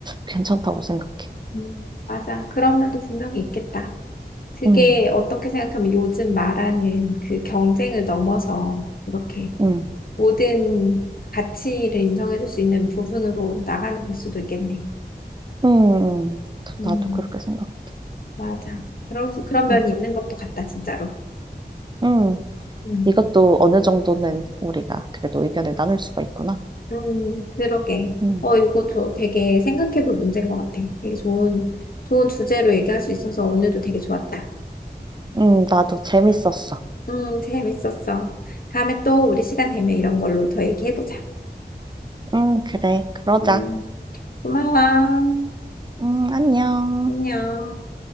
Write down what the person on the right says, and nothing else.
괜찮다고 생각해.
응,
응,
응, 응.
나도 그렇게 생각.
응,
응.
이것도 어느 정도는 우리가 그래도 의견을 나눌 수가 있구나.
응,
응, 나도 재밌었어.
응, 그래, 그러자.
응, 안녕.